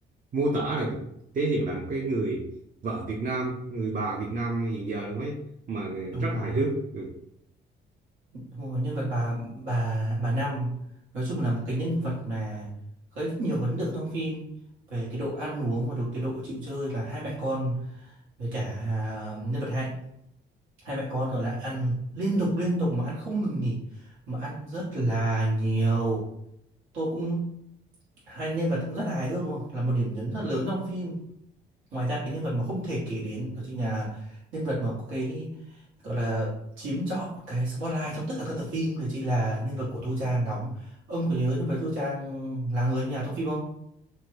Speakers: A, on the right; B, on the right.
A: mô tả là thể hiện là một cái người vợ Việt Nam người bà Việt Nam hiện giờ luôn ấy mà
B: đúng
A: rất
B: rồi
A: là hài hước ừ.
B: đúng rồi nhân vật bà bà bà Năm nói chung là một cái nhân vật mà gây rất nhiều ấn tượng trong phim về cái độ ăn uống và độ cái độ chịu chơi là hai mẹ con với cả à, nhân vật Hạnh hai mẹ con gọi là ăn liên tục liên tục mà ăn không ngừng nghỉ mà ăn rất là nhiều tôi cũng hai nhân vật cũng rất là hài hước đúng không là một điểm nhấn rất lớn trong phim ngoài ra cái nhân vật mà không thể kể đến đó chính là nhân vật mà có cái gọi là chiếm trọn cái spotlight trong tất cả các tập phim đó chính là nhân vật của Thu Trang đóng ông có nhớ nhân vật Thu Trang là người như nào trong phim không